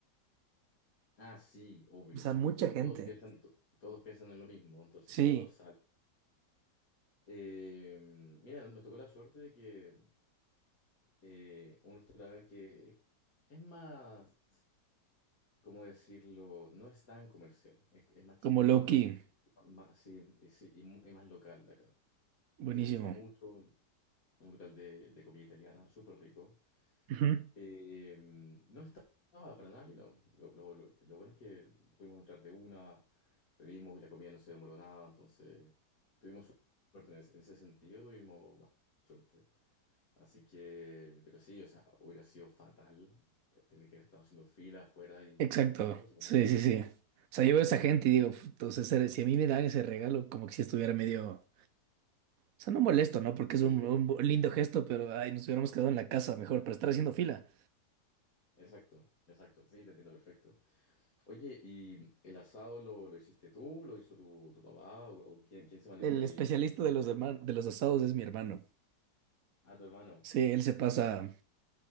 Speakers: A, on the left; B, on the right.
A: Ah, sí, obvio,
B: o sea,
A: o sea,
B: mucha
A: porque to-
B: gente.
A: todos piensan, to- todos piensan en lo mismo, entonces
B: Sí,
A: todos salen. Eh, mira, nos tocó la suerte de que eh, un restaurante que es más, ¿cómo decirlo? No es tan comercial, es, es más chiquito,
B: como Loki,
A: más, sí, y sí, y mu- y más local de acá.
B: buenísimo.
A: Y que nos gusta mucho, un local de, de comida italiana, súper rico.
B: Ujú.
A: Eh, no estaba para nada lleno. Lo, lo, lo- lo bueno es que pudimos entrar de una, pedimos y la comida no se demoró nada, entonces tuvimos suerte en ese, en ese sentido, tuvimos bastante suerte. Así que, pero sí, o sea, hubiera sido fatal tener que haber estado haciendo fila afuera y,
B: Exacto,
A: y eso, o sea, como...
B: sí, sí, sí. O sea, yo
A: Ujú.
B: veo a esa gente y digo, entonces, si a mí me dan ese regalo, como que si estuviera medio, o sea, no molesto, ¿no? Porque
A: Sí,
B: es un,
A: como
B: un
A: que...
B: lindo gesto, pero, ay, nos hubiéramos quedado en la casa mejor, para estar haciendo fila.
A: Exacto, exacto, sí, te entiendo perfecto. Oye, ¿y el asado lo, lo hiciste tú? ¿Lo hizo tu, tu papá? ¿O, o quién, quién se manejó
B: El
A: ahí
B: especialista
A: en
B: de los,
A: la
B: dema-
A: carne?
B: de los asados es mi hermano.
A: Ah, tu hermano.
B: Sí, él se pasa